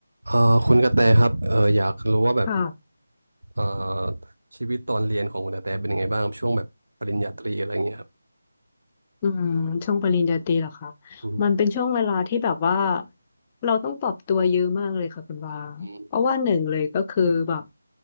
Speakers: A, on the right; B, on the left.
A: เอ่อคุณกระแตครับเอ่ออยากรู้ว่าแบบ
B: ค่ะ
A: เอ่อชีวิตตอนเรียนของคุณกระแตเป็นยังไงบ้างครับช่วงแบบปริญญาตรีอะไรเงี้ยครับ
B: อืมช่วงปริญญาตรีเหรอคะ
A: อืม
B: มันเป็นช่วงเวลาที่แบบว่าเราต้องปรับตัวเยอะมากเลยค่ะคุณวาเพราะว่าหนึ่งเลยก็คือแบบ
A: อืม